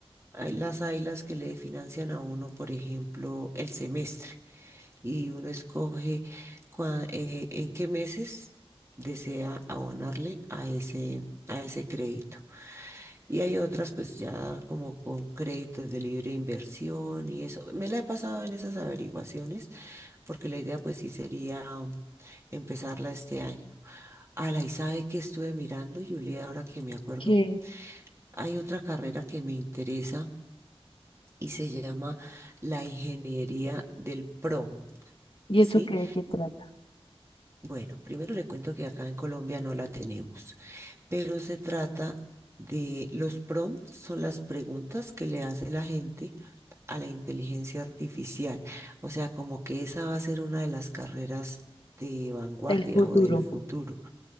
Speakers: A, on the right (about 25°); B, on the left (about 60°).
A: hay las hay las que le financian a uno, por ejemplo, el semestre y uno escoge cua- eh, en qué meses desea abonarle a ese, a ese crédito. Y hay otras pues ya como con créditos de libre inversión y eso. Me la he pasado en esas averiguaciones porque la idea pues sí sería empezarla este año. Ala, y sabe que estuve mirando, Julia, ahora que me acuerdo,
B: ¿qué?
A: hay otra carrera que me interesa y se llama la ingeniería del PROM,
B: ¿Y
A: ¿sí?
B: eso qué, de qué trata?
A: Bueno, primero le cuento que acá en Colombia no la tenemos. pero se trata de los prompts, son las preguntas que le hace la gente a la inteligencia artificial. O sea, como que esa va a ser una de las carreras de vanguardia
B: El futuro.
A: o del futuro